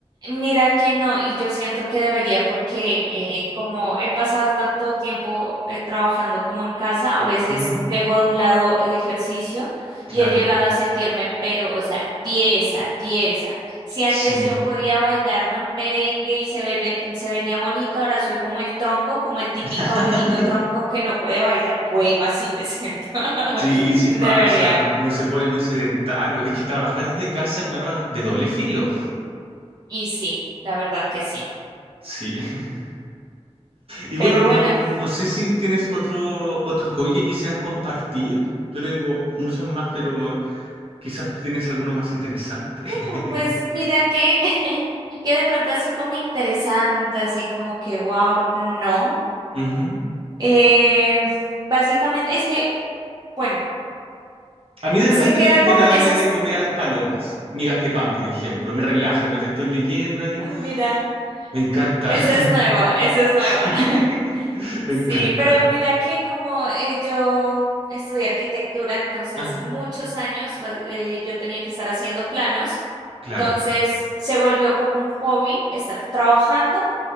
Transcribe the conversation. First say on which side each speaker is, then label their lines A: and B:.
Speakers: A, on the right; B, on the right.
A: Mira que no, y yo siento que debería porque eh, como he pasado tanto tiempo eh, trabajando como en casa, a veces
B: Ujú,
A: dejo de un lado el ejercicio
B: Claro,
A: y he llegado a sentirme, pero, o sea, tiesa, tiesa. Si
B: sí.
A: antes yo podía bailarme un merengue y se, bebe- se venía bonito, ahora soy como el tronco, como el típico
B: <laughs>
A: abuelito tronco que no puede bailar. Bueno, así me siento. <laughs>
B: Sí, sí
A: Debería.
B: pasa. Uno se pone muy sedentario. Es que trabajar desde casa es un arma de doble filo.
A: Y sí, la verdad que sí.
B: Sí. <laughs> Y
A: Pero
B: bueno, no,
A: bueno.
B: no, no sé si tienes otro, otro hobby que quisieras compartir. Yo tengo muchos más, pero quizás tienes alguno más interesante.
A: No, pues mira
B: <laughs>
A: que, <laughs> que de pronto así como interesante, así como que wow, no.
B: Ujú.
A: Eh, básicamente es que, bueno,
B: A mí de
A: se
B: repente
A: queda
B: me gusta
A: como
B: ir a
A: en
B: darle
A: esas,
B: de comer a las palomas. Migas de pan, por ejemplo. Me relaja mientras estoy leyendo ahí.
A: ah, mira,
B: Me encanta.
A: esa
B: <laughs>
A: es nueva, esa es nueva.
B: Sí, <laughs>
A: <laughs>
B: me
A: Sí,
B: encanta.
A: pero mira que como eh, yo estudié arquitectura, entonces
B: Ajá,
A: muchos años va- eh, yo tenía que estar haciendo planos,
B: claro.
A: entonces se volvió como un hobby estar trabajando